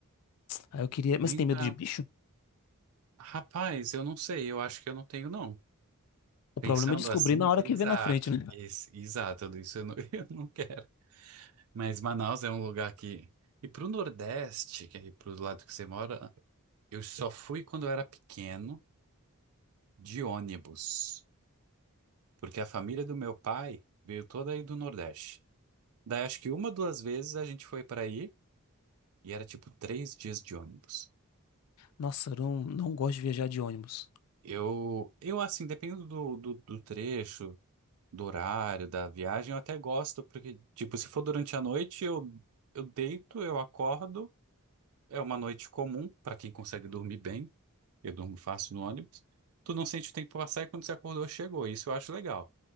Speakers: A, on the left; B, on the right.
A: Aí eu queria. Mas
B: Nem
A: você tem
B: para.
A: medo de bicho?
B: Rapaz, eu não sei, eu acho que eu não tenho, não.
A: O
B: Pensando
A: problema é descobrir
B: assim,
A: na hora
B: exato.
A: que vê na frente, né?
B: Esse, exato, tudo isso eu não, <laughs> eu não quero. Mas Manaus é um lugar que. E pro Nordeste, que é pro lado que você mora, eu só fui quando eu era pequeno, de ônibus. Porque a família do meu pai veio toda aí do Nordeste. Daí acho que uma, duas vezes a gente foi para aí. E era tipo três dias de ônibus.
A: Nossa, eu não, não gosto de viajar de ônibus.
B: Eu, eu assim, dependendo do, do, do trecho, do horário, da viagem, eu até gosto, porque, tipo, se for durante a noite, eu, eu deito, eu acordo. É uma noite comum para quem consegue dormir bem. Eu durmo fácil no ônibus. Tu não sente o tempo passar e quando você acordou, chegou. Isso eu acho legal.